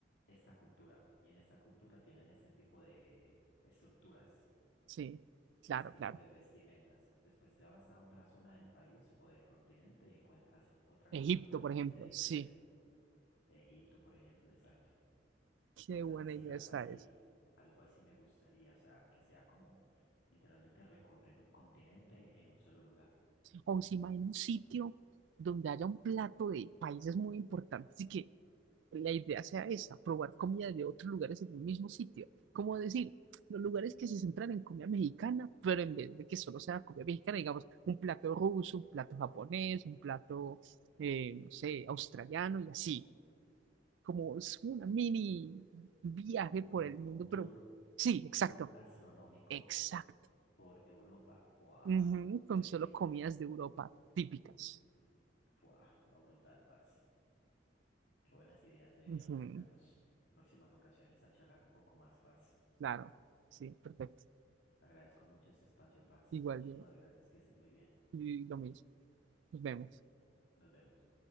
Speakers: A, on the left; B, on the right.
A: esta cultura y en esta cultura tienen este tipo de estructuras,
B: Sí, claro,
A: ese tipo
B: claro.
A: de vestimentas. Después te vas a otra zona del país o del continente y encuentras otra
B: Egipto,
A: cosa totalmente
B: por ejemplo,
A: diferente.
B: sí.
A: Egipto, por ejemplo, exacto.
B: Qué
A: Cosas
B: buena
A: así,
B: idea
A: algo
B: está
A: así,
B: esa.
A: algo así me gustaría, o sea, que sea como literalmente recorrer un continente en un solo lugar.
B: O se imagina un sitio donde haya un plato de países muy importantes y que la idea sea esa, probar comida de otros lugares en un mismo sitio. Como decir, los lugares que se centran en comida mexicana, pero en vez de que solo sea comida mexicana, digamos, un plato ruso, un plato japonés, un plato, eh, no sé, australiano y así. como es una mini viaje
A: Un,
B: por el mundo,
A: un tour,
B: pero sí,
A: un
B: exacto,
A: tour gastronómico
B: exacto.
A: por Europa. ¡Wow!
B: Ujú,
A: Increíble.
B: con solo comidas de Europa típicas.
A: ¡Wow! No, brutal, parce. Qué buenas ideas. Deberíamos
B: Ujú,
A: sentarnos próximas ocasiones a charlar un poco más, parce.
B: claro, sí, perfecto.
A: Agradezco mucho este espacio, parce.
B: Igual
A: Muchísimas
B: yo,
A: gracias. Que estés muy bien.
B: y lo mismo. Nos vemos.
A: Nos vemos.